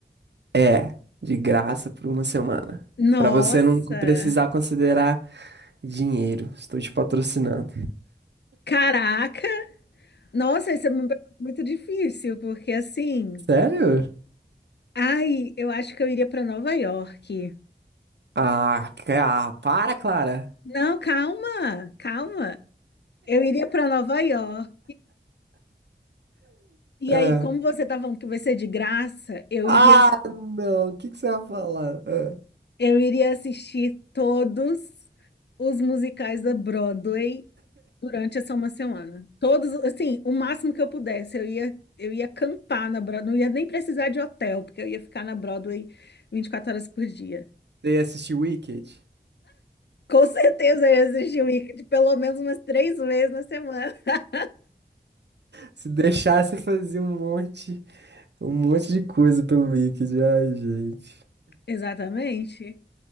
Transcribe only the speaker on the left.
Nossa,
caraca! Nossa, isso é uma pergunta muito difícil, porque assim,
ai, eu acho que eu iria para Nova York.
Não, calma, calma. Eu iria para Nova York. E
aí, como você tá falando que vai ser de graça, eu
iria,
eu iria assistir todos os musicais da Broadway Durante essa uma semana. Todos, assim, o máximo que eu pudesse, eu ia, eu ia acampar na Broadway, não ia nem precisar de hotel, porque eu ia ficar na Broadway 24 horas por dia.
Com <laughs> certeza eu ia assistir o Wicked pelo menos umas três vezes na semana. <laughs>
Exatamente.